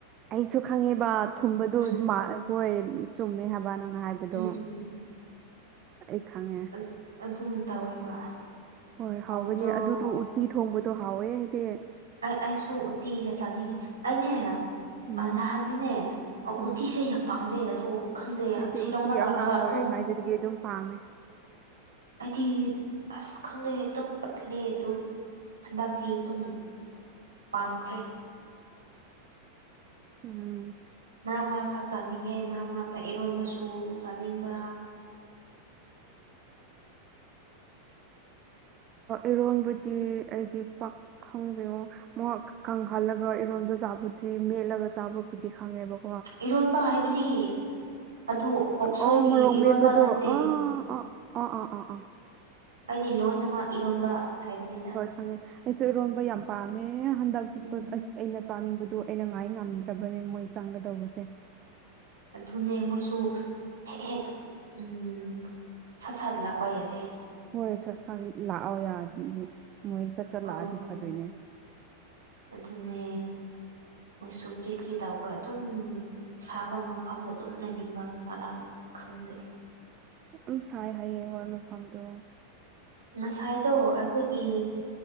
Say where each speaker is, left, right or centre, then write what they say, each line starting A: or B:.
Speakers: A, on the right (about 30°); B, on the right (about 75°).
A: ꯑꯩꯁꯨ ꯈꯪꯉꯦꯕ ꯊꯨꯝꯕꯗꯨ
B: ꯎꯝ
A: ꯍꯈꯣꯏ ꯆꯨꯝꯃꯦ ꯍꯥꯏꯕ ꯅꯪꯅ ꯍꯥꯏꯕꯗꯣ
B: ꯎꯝ ꯎꯝ ꯎꯝ
A: ꯑꯩ ꯈꯉꯦ
B: ꯎꯝ ꯑꯗꯨꯝ ꯇꯧꯋꯦꯕ
A: ꯍꯣꯏ
B: ꯍꯥꯎꯕꯗꯣ
A: ꯍꯥꯎꯒꯅꯤ ꯑꯗꯨꯗꯣ
B: ꯍꯥꯎꯕꯗꯣ
A: ꯎꯇꯤ ꯊꯣꯡꯕꯗꯣ ꯍꯥꯎꯋꯦ ꯍꯥꯏꯗꯤ
B: ꯑꯩꯁꯨ ꯎꯇꯤꯒ ꯆꯥꯅꯤꯡꯉꯤ ꯑꯅꯦ
A: ꯎꯝ
B: ꯅꯍꯥꯟꯗꯤꯅꯦ
A: ꯎꯝ
B: ꯎꯇꯤꯤꯁꯦ ꯌꯥꯝ ꯄꯥꯝꯗꯩ ꯑꯗꯣ ꯈꯪꯗꯦ
A: ꯑꯩꯗꯤ
B: ꯁꯤꯂꯣꯡꯗ
A: ꯎꯇꯤ
B: ꯂꯥꯜꯂꯒ
A: ꯑꯉꯥꯡ
B: ꯑꯗꯨꯝ
A: ꯑꯣꯏꯔꯤꯉꯩꯗꯨꯗꯒꯤ ꯑꯗꯨꯝ ꯄꯥꯝꯃꯦ
B: ꯍꯥꯏꯗꯤ ꯑꯁ ꯈꯪꯗꯩ ꯑꯇꯨꯝ ꯄꯠꯂꯦ ꯑꯗꯨ ꯍꯟꯗꯛꯛꯇꯤ ꯑꯗꯨꯨꯝ ꯄꯥꯝꯈ꯭ꯔꯦ
A: ꯎꯝ
B: ꯃꯔꯛ ꯃꯔꯛꯇ ꯆꯥꯅꯤꯡꯉꯦ ꯃꯔꯛ ꯃꯔꯛꯇ ꯏꯔꯣꯟꯕꯁꯨ ꯆꯥꯅꯤꯡꯕ
A: ꯏꯔꯣꯟꯕꯗꯤ ꯑꯩ ꯄꯥꯛ ꯈꯪꯗꯦ ꯑꯣꯉꯣ ꯃ ꯀꯪꯍꯜꯂꯒ ꯏꯔꯣꯟꯕ ꯆꯥꯕꯨꯗꯤ ꯃꯦꯠꯂꯒ ꯆꯥꯕꯕꯨꯗꯤ ꯈꯪꯉꯦꯕ
B: ꯏꯔꯣꯟꯕ ꯍꯥꯏꯕꯗꯤ ꯑꯗꯨ ꯑꯣꯛꯁꯣꯏꯒꯤ
A: ꯑꯣ ꯃꯣꯔꯣꯛ
B: ꯏꯔꯣꯟꯕ
A: ꯃꯦꯛꯄꯗꯣ
B: ꯅꯠꯇꯦ
A: ꯑꯥ ꯑꯥ ꯑꯥ ꯑꯥ ꯑꯥ ꯑꯥ
B: ꯑꯩꯗꯤ ꯂꯣꯏꯅꯃꯛ ꯏꯔꯣꯟꯕ ꯍꯥꯏꯕꯅꯤꯗ
A: ꯍꯪꯉꯦ ꯑꯩꯁꯨ ꯏꯔꯣꯟꯕ ꯌꯥꯝ ꯄꯥꯝꯃꯦ ꯍꯟꯗꯛ ꯆꯨꯞꯄ
B: ꯎꯝ
A: ꯑꯁ ꯑꯩꯅ ꯆꯥꯅꯤꯡꯕꯗꯨ ꯑꯩꯅ ꯉꯥꯏ ꯉꯝꯗ꯭ꯔꯕꯅꯦ ꯃꯣꯏ ꯆꯪꯒꯗꯧꯕꯁꯦ
B: ꯑꯗꯨꯅꯦ ꯃꯣꯏꯁꯨ ꯍꯦꯛ ꯍꯦꯛ ꯎꯝ ꯁꯠ ꯁꯥꯠ ꯂꯥꯛꯄꯥ ꯌꯥꯗꯦ
A: ꯍꯣꯏ ꯆꯥꯛ ꯆ ꯂꯥꯛꯑꯣ ꯌꯥ ꯃꯣꯏ ꯆꯠ ꯆꯠꯂꯥꯛꯑꯗꯤ
B: ꯑꯣ
A: ꯐꯗꯣꯏꯅꯦ
B: ꯑꯗꯨꯅꯦ ꯃꯣꯏꯁꯨ ꯀ꯭ꯔꯤ ꯀ꯭ꯔꯤ ꯇꯧꯕ꯭ꯔꯥ ꯑꯗꯨꯝ ꯁꯥꯐꯝ ꯃꯐꯝꯗ ꯑꯗꯨꯝ ꯂꯩꯅꯤꯡꯕ ꯃꯔꯥꯡ ꯈꯪꯗꯦ
A: ꯑꯗꯨꯝ ꯁꯥꯏ ꯍꯌꯦ ꯃꯣꯏ ꯃꯐꯝꯗꯣ
B: ꯉꯁꯥꯏꯗꯣ ꯑꯩꯈꯣꯏꯒꯤ
A: ꯎꯝ